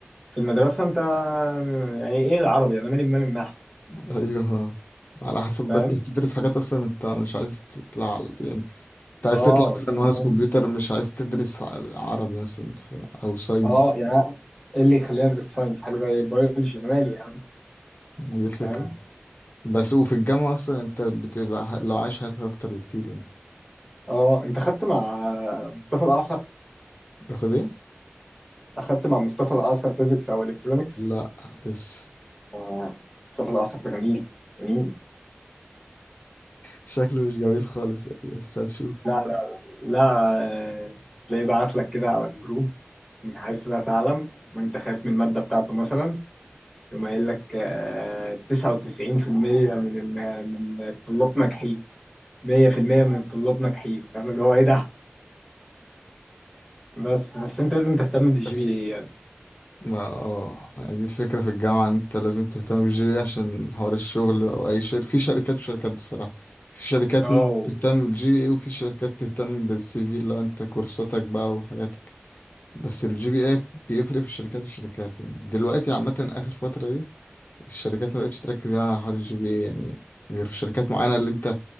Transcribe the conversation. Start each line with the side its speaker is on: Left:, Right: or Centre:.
Centre: في المدرسه انت يعني ايه العربي انا مالي بمال النحو
Left: أيوه على حسب بقى
Centre: فاهم
Left: انت بتدرس حاجات أصلا انت مش عايز تطلع على- يعني انت عايز
Centre: اه
Left: تطلع مثلا مهندس
Centre: يعني-
Left: كمبيوتر مش عايز تدرس ع- عربي مثلا ف... أو ساينس
Centre: اه يعني ايه اللي يخليني ادرس ساينس حاجه زي بيولوجي أنا مالي يعني
Left: ما دي الفكرة
Centre: فاهم
Left: بس وفي الجامعة أصلا أنت بتبقى ح- لو عايش حياتك أكتر بكتير يعني
Centre: اه انت خدت مع مصطفى الاعصر
Left: تاخد إيه؟
Centre: اخدت مع مصطفى الاعصر فيزيكس او الكترونكس
Left: لا لسه
Centre: اه مصطفى الاعصر ده جميل جميل
Left: شكله مش جميل خالص يعني بس هنشوف
Centre: لا لا لا آه، تلاقيه بعت لك كده على الجروب من حيث لا تعلم وانت خايف من المادة بتاعته مثلا يقوم قايل لك آه، 99% من الم- من الطلاب ناجحين 100% من الطلاب ناجحين فاهم اللي هو ايه ده بس بس انت لازم تهتم بالجي
Left: بس
Centre: بي اي يعني
Left: ما اه يعني دي الفكرة في الجامعة إن أنت لازم تهتم بالجي بي عشان حوار الشغل أو أي شركة في شركات وشركات بصراحة في شركات
Centre: اه
Left: ممكن
Centre: و-
Left: تهتم بالجي بي اي وفي شركات تهتم بالسي في لو أنت كورساتك بقى وحاجاتك بس الجي بي اي بيفرق في الشركات وشركات يعني دلوقتي عامة آخر فترة دي الشركات ما بقتش تركز على حوار الجي بي اي يعني غير في شركات معينة اللي انت